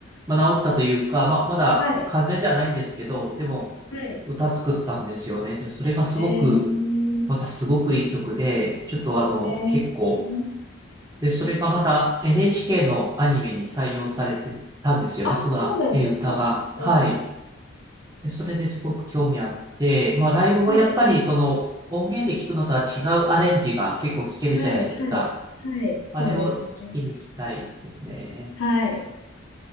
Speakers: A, on the right; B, on the left.
A: まあ、治ったというか、まあ、まだ完全ではないんですけど、
B: い、はい。
A: でも、
B: はい
A: 歌作ったんですよね。で、それがすごく、
B: えー、
A: またすごくいい曲で、ちょっとあの、
B: えー
A: 結構、で、それがまた NHK のアニメに採用されてたんですよね、
B: あ、
A: その、
B: そうなんですか。
A: えー歌が。
B: えー、
A: はい。で、それですごく興味あって、まあ、ライブもやっぱりその音源で聞くのとは違うアレンジが結構聞けるじゃないですか。
B: はい、はい、はい、はい、そうですね。
A: あれを聞きに行きたいですね。
B: はい。